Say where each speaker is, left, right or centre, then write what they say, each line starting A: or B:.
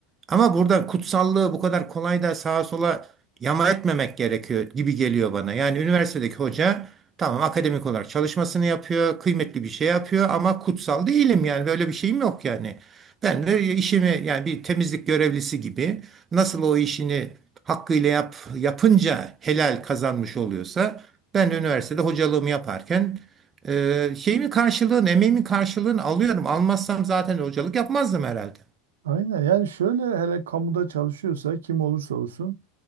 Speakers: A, on the right; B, on the right.
A: Ama burada kutsallığı bu kadar kolay da sağa sola yama etmemek gerekiyor gibi geliyor bana. Yani üniversitedeki hoca tamam akademik olarak çalışmasını yapıyor, kıymetli bir şey yapıyor ama kutsal değilim yani böyle bir şeyim yok yani. Ben de işimi yani bir temizlik görevlisi gibi nasıl o işini hakkıyla yap, yapınca helal kazanmış oluyorsa ben de üniversitede hocalığımı yaparken e, şeyimin karşılığını, emeğimin karşılığını alıyorum. Almazsam zaten hocalık yapmazdım herhalde.
B: Aynen yani şöyle hele kamuda çalışıyorsa kim olursa olsun